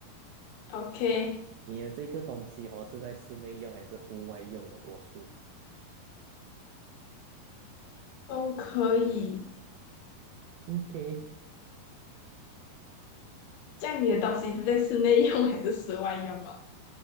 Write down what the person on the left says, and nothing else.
，OK，
都可以。
这样你的东西是在室内用还是室外用哦